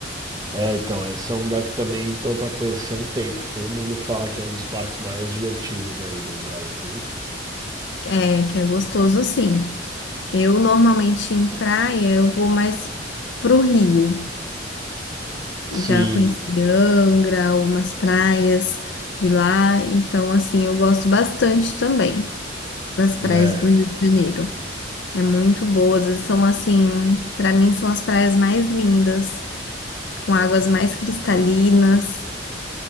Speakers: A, on the right; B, on the left.
A: é, então, esse é um lugar que também tô para conhecer há um tempo. Todo mundo fala que é um dos parques mais divertidos aí do Brasil.
B: É, que é gostoso, sim. Eu normalmente em praia, eu vou mais pro Rio.
A: Sim,
B: Eu Já conheci Angra, algumas praias de lá, então assim, eu gosto bastante também das praias
A: é.
B: do Rio de Janeiro. É muito boas, elas são assim, para mim são as praias mais lindas, com águas mais cristalinas